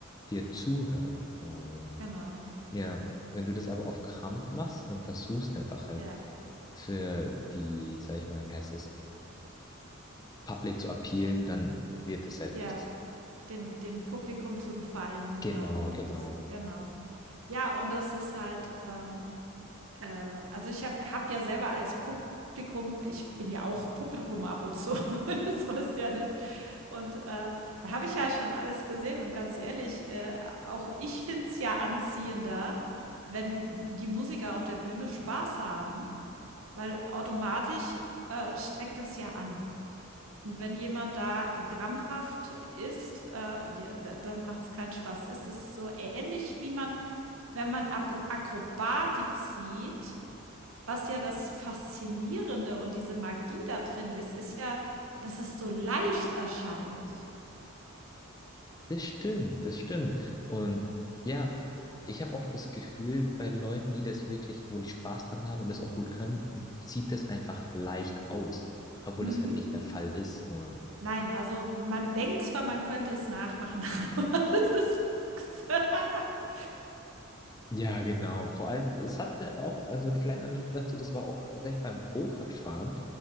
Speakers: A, on the left; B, on the right.
A: dir zuhören. Und
B: Genau.
A: ja, wenn du das aber auf Krampf machst und versuchst einfach halt
B: ja,
A: für die, sag ich mal, wie heißt das, Public zu appealen, dann wird es halt
B: ja,
A: nichts.
B: dem dem Publikum zu gefallen, genau,
A: Genau,
B: oder
A: genau.
B: das genau. Ja, und das ist halt, ähm, äh also ich habe habe ja selber als Publikum ich bin ja auch Publikum ab und zu, <laughs> so ist ja nicht, Und äh, da habe ich halt schon alles gesehen und ganz ehrlich, äh, auch ich finde es ja anziehender, wenn die Musiker auf der Bühne Spaß haben, weil automatisch äh, steckt das ja an. Und wenn jemand da krampfhaft ist, äh, ja, da, dann macht es keinen Spaß. Es ist so ähnlich wie man, wenn man Ab Akrobatik sieht, was ja das Faszinierende und diese Magie da drin ist, ist ja, dass es so leicht erscheint.
A: Das stimmt, das stimmt. Und ja, ich habe auch das Gefühl, bei Leuten, die das wirklich, wo die Spaß dran haben und das auch gut können, sieht das einfach leicht aus, obwohl
B: Mhm.
A: das halt nicht der Fall ist. Und
B: Nein, also man denkt zwar, man könnte es nachmachen, <laughs> aber es ist nix. <laughs>
A: ja, genau. Vor allem, es hatte auch, also die kleine Anekdote dazu, das war auch tatsächlich beim Go-Kart-Fahren.